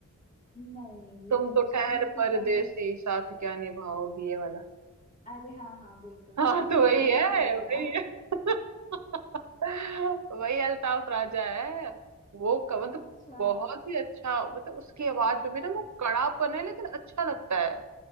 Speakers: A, on the left; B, on the right.
A: नहीं
B: तुम
A: ये तो
B: तो
A: नहीं
B: खैर
A: सुना लेकिन
B: परदेसी
A: मैंने
B: साथ क्या निभाओगी ये वाला
A: अरे हाँ हाँ बिल्कुल
B: हाँ
A: बिल्कुल
B: तो
A: सुना
B: वही
A: ये किसने
B: है
A: नहीं सुना
B: वही है <laughs> वही अल्ताफ राजा है वो क- मतलब
A: <laughs> अच्छा
B: बहुत ही अच्छा मतलब उसकी आवाज में भी ना वो कड़ापन है लेकिन अच्छा लगता है